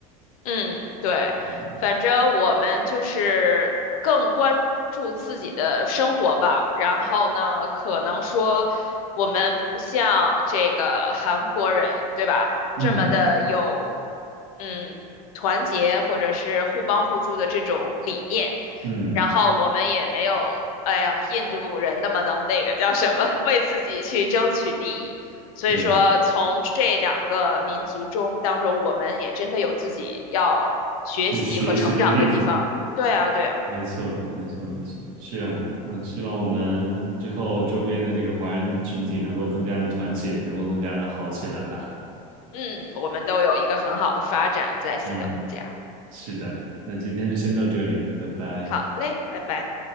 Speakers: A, on the left; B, on the right.
A: 嗯，对，
B: 嗯
A: 反正我们就是更关注自己的生活吧。然后呢，可能说我们不像这个韩国人，对吧？
B: 嗯，
A: 这么的有，嗯，团结或者是互帮互助的这种理念。
B: 嗯，
A: 然后我们也没有，哎呀，印度人那么能那个叫什么，<laughs> 为自己去争取利益。所以说，
B: 对，
A: 从这两个民族中当中，我们也真的有自己要学习和成长的地方。
B: 去学习的地方，
A: 对啊，对啊，
B: 没错，没错，没错，是啊，嗯，希望我们之后周边的这个华人群体能够更加的团结，能够更加的好起来吧。
A: 嗯，我们都有一个很好的发展在新的国家。
B: 嗯，是的，那今天就先到这里，拜拜。
A: 好嘞，拜拜。